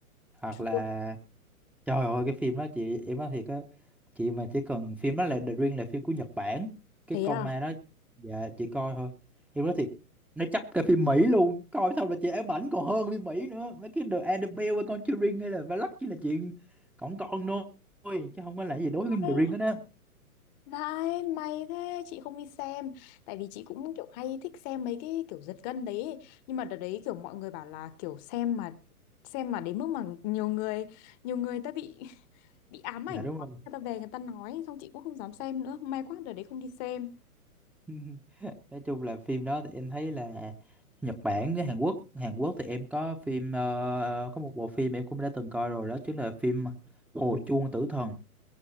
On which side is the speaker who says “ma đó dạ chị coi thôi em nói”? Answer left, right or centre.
Centre